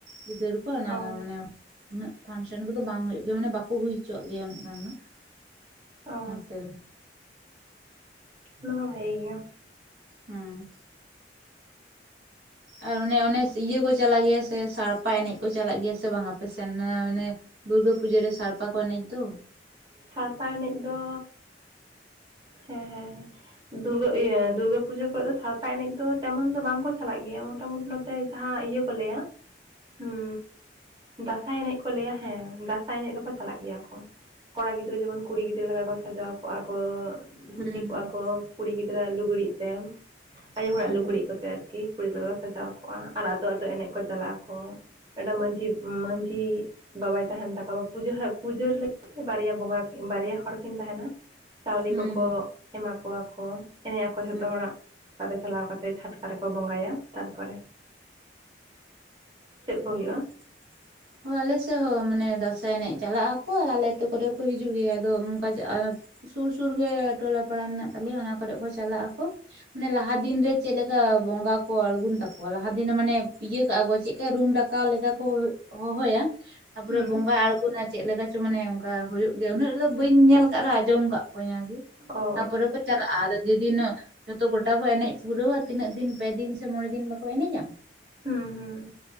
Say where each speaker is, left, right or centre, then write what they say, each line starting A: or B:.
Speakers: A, on the right; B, on the right.
A: ᱜᱤᱫᱟᱹᱨ ᱠᱚ ᱚᱱᱟᱜᱮ
B: ᱚ
A: ᱢᱟᱱᱮ ᱩᱱᱟᱹᱜ ᱯᱷᱟᱱᱥᱮᱱ ᱠᱚᱫᱚ ᱵᱟᱝ ᱦᱩᱭᱩᱜ ᱜᱮᱭᱟ ᱢᱟᱱᱮ ᱵᱟᱠᱚ ᱦᱩᱭ ᱦᱚᱪᱚᱣᱟᱜ ᱜᱮᱭᱟ ᱩᱱᱟᱹᱜ ᱜᱟᱱ ᱫᱚ ᱾
B: ᱚ
A: ᱱᱚᱱᱛᱮ ᱫᱚ ᱾
B: ᱚᱱᱟ ᱢᱟ ᱵᱷᱟᱹᱜᱤ ᱜᱮᱭᱟ ᱾
A: ᱦᱮᱸᱻ ᱟᱨ ᱚᱱᱮ ᱚᱱᱮ ᱤᱭᱟᱹ ᱠᱚ ᱪᱟᱞᱟᱜ ᱜᱮᱭᱟ ᱥᱮ ᱥᱟᱲᱯᱟ ᱮᱱᱮᱡ ᱠᱚ ᱪᱟᱞᱟᱜ ᱜᱮᱭᱟ ᱥᱮ ᱵᱟᱝᱟ ᱟᱯᱮ ᱥᱮᱱ ᱚᱱᱮ ᱫᱩᱨᱜᱟᱹ ᱯᱩᱡᱟᱹ ᱨᱮ ᱥᱟᱨᱯᱟ ᱮᱱᱮᱡ ᱫᱚ ᱾
B: ᱥᱟᱲᱯᱟ ᱮᱱᱮᱡ ᱫᱚ ᱦᱮᱸ ᱦᱮᱸ ᱦᱮᱸ ᱫᱩᱨᱜᱟᱹ ᱤᱭᱟᱹ ᱫᱩᱨᱜᱟᱹ ᱯᱩᱡᱟᱹ ᱠᱚᱨᱮ ᱫᱚ ᱥᱟᱲᱯᱟ ᱮᱱᱮᱡ ᱫᱚ ᱛᱮᱢᱚᱱ ᱫᱚ ᱵᱟᱝ ᱠᱚ ᱪᱟᱞᱟᱜ ᱜᱮᱭᱟ ᱢᱚᱴᱟᱢᱩᱴᱤ ᱱᱚᱛᱮ ᱡᱟᱦᱟᱸ ᱤᱭᱟᱹ ᱠᱚ ᱞᱟᱹᱭᱟ ᱩᱸᱻ ᱫᱟᱸᱥᱟᱭ ᱮᱱᱮᱡ ᱠᱚ ᱞᱟᱹᱭᱟ ᱦᱮᱸ ᱫᱟᱸᱥᱟᱭ ᱮᱱᱮᱡ ᱫᱚᱠᱚ ᱪᱟᱞᱟᱜ ᱜᱮᱭᱟ ᱠᱚ ᱾ ᱠᱚᱲᱟ ᱜᱤᱫᱽᱨᱟᱹ ᱡᱮᱢᱚᱱ ᱠᱩᱲᱤ ᱜᱤᱫᱽᱨᱟᱹ ᱞᱮᱠᱟ ᱠᱚ ᱥᱟᱡᱟᱣ ᱠᱚᱜᱼᱟ ᱠᱚ ᱫᱷᱩᱛᱤ
A: ᱦᱩᱸ ᱦᱩᱸ
B: ᱠᱚᱜᱼᱟ ᱠᱚ ᱠᱩᱲᱤ ᱜᱤᱫᱽᱨᱟᱹ ᱟᱜ ᱞᱩᱜᱽᱲᱤᱡ ᱛᱮ ᱟᱭᱳ ᱦᱚᱲᱟᱜ
A: ᱦᱩᱸ
B: ᱞᱩᱜᱽᱲᱤᱡ
A: ᱦᱩᱸ
B: ᱠᱚᱛᱮ ᱾ ᱠᱤ ᱠᱩᱲᱤ ᱞᱮ ᱠᱚ ᱥᱟᱡᱟᱣ ᱠᱚᱜᱼᱟ ᱟᱨ ᱟᱹᱛᱳ ᱟᱹᱛᱳ ᱮᱱᱮᱡ ᱠᱚ ᱪᱟᱞᱟᱜ ᱟᱠᱚ ᱾ ᱢᱤᱫᱴᱟᱝ ᱢᱟᱺᱡᱷᱤ ᱢᱟᱺᱡᱷᱤ ᱵᱟᱵᱟᱭ ᱛᱟᱦᱮᱱ ᱛᱟᱠᱚᱣᱟ ᱯᱩᱡᱟᱹ ᱯᱩᱡᱟᱹ ᱦᱤ ᱵᱟᱨᱭᱟ ᱵᱚᱸᱜᱟ ᱠᱤᱱ ᱵᱟᱨᱭᱟ ᱦᱚᱲ ᱠᱤᱱ ᱛᱟᱦᱮᱱᱟ ᱪᱟᱣᱞᱮ
A: ᱦᱩᱸ
B: ᱠᱚᱠᱚ ᱮᱢᱟ ᱠᱚᱣᱟ ᱠᱚ ᱮᱱᱮᱡ ᱟᱠᱚ ᱡᱷᱚᱛᱚ
A: ᱦᱩᱸ
B: ᱦᱚᱲᱟᱜ ᱚᱲᱟᱜ ᱨᱮ ᱪᱟᱞᱟᱣ ᱠᱟᱛᱮ ᱪᱷᱟᱴᱠᱟ ᱨᱮᱠᱚ ᱵᱚᱸᱜᱟᱭᱟ ᱛᱟᱨᱯᱚᱨᱮ ᱾ ᱠᱚ
A: ᱚᱸᱻ
B: ᱦᱩᱭᱩᱜᱼᱟ <inaudible>
A: ᱦᱚᱭ ᱟᱞᱮᱥᱮᱜ ᱦᱚᱸ ᱢᱟᱱᱮ ᱫᱟᱸᱥᱟᱭ ᱮᱱᱮᱡ ᱪᱟᱞᱟᱜ ᱟᱠᱚ ᱟᱨ ᱟᱞᱮ ᱟᱹᱛᱩ ᱠᱚᱨᱮ ᱦᱚᱸ ᱠᱚ ᱦᱤᱡᱩᱜ ᱜᱮᱭᱟ ᱟᱫᱚ ᱚᱱᱠᱟ ᱥᱩᱨ ᱥᱩᱨ ᱜᱮ ᱴᱚᱞᱟ ᱯᱟᱲᱟ ᱢᱮᱱᱟᱜ ᱛᱟᱞᱮᱭᱟ ᱚᱱᱟ ᱠᱚᱨᱮ ᱠᱚ ᱪᱟᱞᱟᱜ ᱟᱠᱚ ᱾ ᱢᱟᱱᱮ ᱞᱟᱦᱟ ᱫᱤᱱ ᱨᱮ ᱪᱮᱫ ᱞᱮᱠᱟ ᱵᱚᱸᱜᱟ ᱠᱚ ᱟᱬᱜᱩᱱ ᱛᱟᱠᱚᱣᱟ ᱞᱟᱦᱟ ᱫᱤᱱ ᱢᱟᱱᱮ ᱤᱭᱟᱹ ᱠᱟᱜᱼᱟ ᱠᱚ ᱪᱮᱫ ᱨᱩᱢ ᱰᱟᱠᱟᱣ ᱞᱮᱠᱟ ᱠᱚ ᱦᱚᱦᱚᱭᱟ ᱛᱟᱯᱚᱨᱮ
B: ᱦᱩᱸ
A: ᱵᱚᱸᱜᱟ ᱟᱬᱜᱚᱱᱟᱭ ᱪᱮᱜ ᱞᱮᱠᱟ ᱪᱚ ᱢᱟᱱᱮ ᱚᱱᱠᱟ ᱦᱩᱭᱩᱜ ᱜᱮᱭᱟ ᱩᱱᱟᱹᱜ ᱨᱮᱫᱚ ᱵᱟᱹᱧ ᱧᱮᱞ ᱟᱠᱟᱜ ᱨᱮᱦᱚᱸ ᱟᱸᱡᱚᱢ ᱠᱟᱜ ᱠᱚᱣᱟᱹᱧ ᱟᱨᱠᱤ
B: ᱚ
A: ᱾ ᱛᱟᱯᱚᱨᱮ ᱠᱚ ᱪᱟ ᱞᱟᱜᱼᱟ ᱟᱫᱚ ᱡᱮᱫᱤᱱ ᱡᱷᱚᱛᱚ ᱜᱚᱴᱟ ᱠᱚ ᱮᱱᱮᱡ ᱯᱩᱨᱟᱹᱣᱟ ᱛᱤᱱᱟᱹᱜ ᱫᱤᱱ ᱯᱮ ᱫᱤᱱ ᱥᱮ ᱢᱚᱬᱮ ᱫᱤᱱ ᱵᱟᱠᱚ ᱮᱱᱮᱡᱼᱟ?
B: ᱦᱩᱸ ᱦᱩᱸᱻ